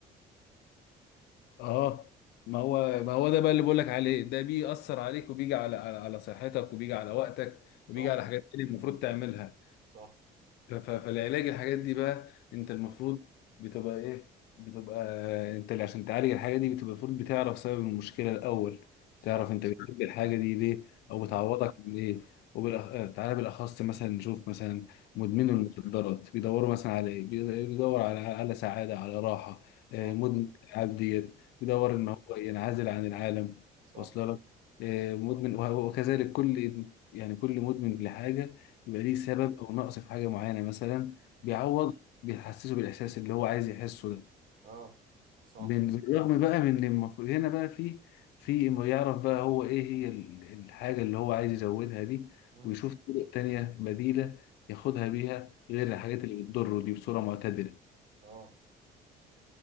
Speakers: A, on the left (about 80°); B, on the right (about 60°).
A: اه ما هو ما هو ده بقى اللي بقول لك عليه ده بيأثر عليك وبيجي على على على صحتك وبيجي على وقتك
B: صح
A: وبيجي على حاجات تانية المفروض تعملها
B: صح
A: ف- ف- فالعلاج الحاجات دي بقى انت
B: مم.
A: المفروض بتبقى ايه بتبقى انت اللي عشان تعالج الحاجه دي بتبقى المفروض بتعرف سبب المشكله الاول
B: صح
A: تعرف انت بتحب الحاجه دي ليه او بتعوضك
B: مم.
A: من ايه وبالأخ... آه، تعالى بالاخص مثلا نشوف مثلا
B: مم.
A: مدمنوا المخدرات بيدوروا مثلا على ايه بيد- بيدور على على سعاده على راحه
B: صح
A: آه، مدمن الالعاب ديت بيدور
B: مم.
A: ان هو ينعزل عن العالم
B: صح
A: واصل لك
B: مم.
A: آه، مدمن وه- وكذلك كل يعني كل مدمن لحاجه بيبقى
B: مم.
A: ليه سبب او نقص في حاجه معينه مثلا
B: مم.
A: بيعوض بيحسسه بالاحساس اللي هو عايز يحسه ده
B: اه صح
A: بن- بالرغم بقى من إن المفروض هنا بقى في في إنه يعرف بقى هو ايه هي ال- الحاجه اللي هو عايز يزودها دي
B: مم.
A: ويشوف طرق تانية بديله ياخدها بيها غير
B: مم.
A: الحاجات اللي بتضره دي بصوره معتدله
B: اه